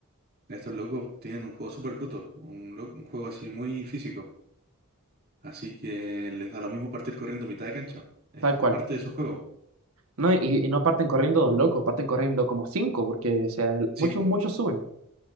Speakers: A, on the right (about 45°); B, on the right (about 80°).
A: Estos locos tienen un juego súper bruto, un, lo- un juego así muy físico. Así que les da lo mismo partir corriendo a mitad de cancha. Es
B: Tal cual.
A: parte de su juego.
B: No, y, y no parten corriendo dos locos, parten corriendo como cinco, porque o sea,
A: Sí,
B: muchos,
A: po.
B: muchos suben.